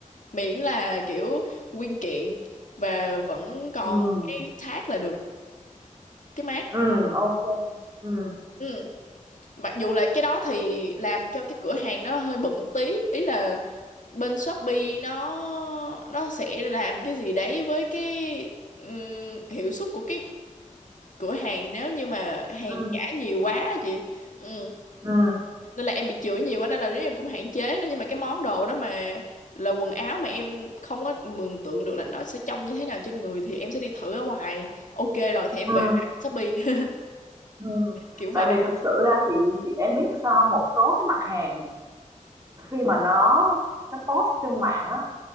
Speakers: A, on the left; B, on the right.
A: miễn là kiểu nguyên kiện và vẫn còn
B: ừ
A: cái tag là được cái mác
B: ừ ok ừ
A: ừ Mặc dù là cái đó thì làm cho cái cửa hàng nó hơi bực một tí, ý là bên Shopee nó nó sẽ làm cái gì đấy với cái ừm, hiệu suất của cái cửa hàng nếu như mà hàng
B: ừ
A: giả nhiều quá á chị. Ừ.
B: ừ
A: Nên là em bị chửi nhiều quá nên là riết em cũng hạn chế nó nhưng mà cái món đồ đó mà là quần áo mà em không có mường tượng được là nó sẽ trông như thế nào trên người thì em sẽ đi thử ở ngoài. Ok rồi thì em
B: ừ
A: về đặt Shopee <laughs>
B: ừ
A: kiểu vậy.
B: tại vì thực sự ra chị chị em biết sao không? một số cái mặt hàng khi mà nó nó post trên mạng á